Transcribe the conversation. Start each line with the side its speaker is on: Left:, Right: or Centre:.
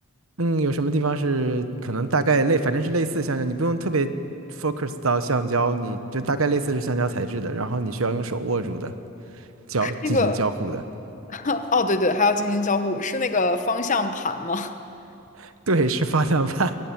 Right: 嗯，有什么地方是可能大概类，反正是类似橡胶，你不用特别 focus 到橡胶，你就大概类似是橡胶材质的，然后你需要用手握住的。交进行交互的。
Left: 是那个 <laughs> 哦，对对，还要进行交互，是那个方向盘吗？<laughs>
Right: <laughs> 对，是方向盘，